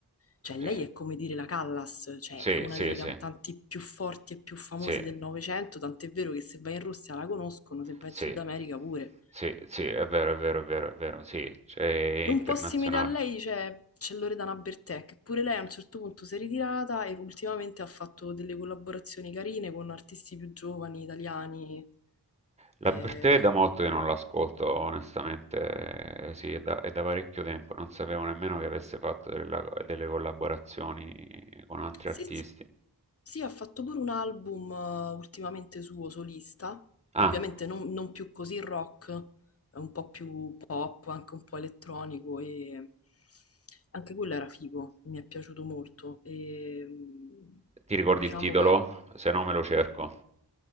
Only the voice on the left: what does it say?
Cioè,
lei è come dire la Callas, cioè
è una
delle
cantanti più forti e più famose
del Novecento, tant'è vero che se vai in Russia la conoscono, se vai
in Sud America pure.
È
un po' simile a lei, cioè, c'è Loredana Bertè, che pure lei a un certo punto si è ritirata e ultimamente ha fatto delle collaborazioni carine con artisti più giovani, italiani.
Eh,
Sì,
sì. Sì, ha fatto pure un album eh, ultimamente suo solista,
ovviamente non, non più così rock, è un po' più pop, anche un po' elettronico e anche quello era figo, mi è piaciuto molto. E, mh,
diciamo
che...